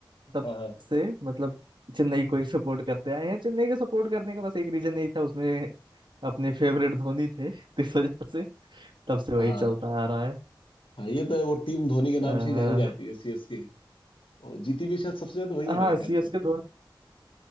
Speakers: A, on the left; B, on the right.
A: हाँ
B: तब
A: हाँ
B: से मतलब चेन्नई को ही सपोर्ट करते आए हैं चेन्नई को सपोर्ट करने का बस एक रीजन यही था उसमें अपने फेवरेट धोनी थे तो इस वजह से तब से वही
A: हाँ
B: चलता आ रहा है
A: हाँ, ये तो है, वो टीम धोनी के नाम
B: अह,
A: से ही जानी जाती है सीएसके और जीती भी शायद सबसे ज्यादा वही है
B: हाँ
A: मेरे ख्याल
B: सीएसके
A: से
B: धोनी